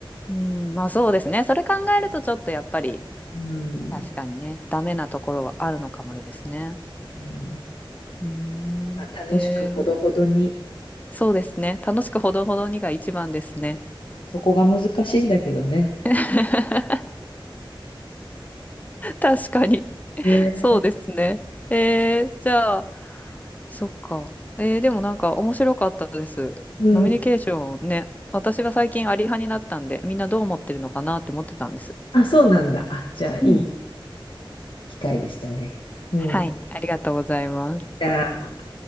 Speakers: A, on the left (about 15°); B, on the left (about 70°).
A: うん、まあそうですね。それ考えるとちょっとやっぱり、
B: うん。
A: 確かにね、ダメなところはあるのかもですね。
B: うん
A: うーん。
B: まあ、楽しくほどほどに。
A: で、そうですね。楽しくほどほどにが一番ですね。
B: そこが難しいんだけどね。
A: <laughs> 確かに。
B: ね
A: そうですね。えー、じゃあ、そっか。えー、でもなんか面白かったです。
B: うん。
A: ノミニケーションね。私は最近アリ派になったんで、みんなどう思ってるのかなって思ってたんです。
B: あ、そうなんだ。あ、じゃあ、いい
A: うん。
B: 機会でしたね。うん。
A: はい、ありがとうございます。
B: じゃあ。